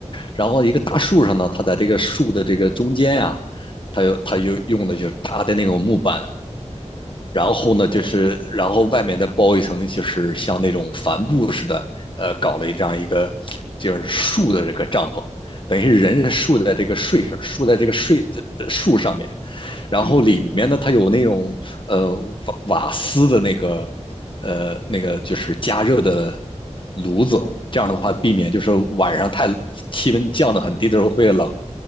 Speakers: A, on the left; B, on the left.
A: 然后一个大树上呢，它在这个树的这个中间呀、它有它就用的就是大的那种木板，然后呢，
B: 哦，
A: 就是然后外面再包一层，就是像那种帆布似的，呃，搞了一这样一个就是树的这个帐篷，等于是人是竖在这个睡上，竖在这个睡呃树上面，然后里面呢，
B: 嗯嗯，
A: 它有那种呃瓦瓦斯的那个呃那个就是加热的炉子，
B: 哦哦
A: 这样的话避免就是晚上太气温降得很低的时候会冷。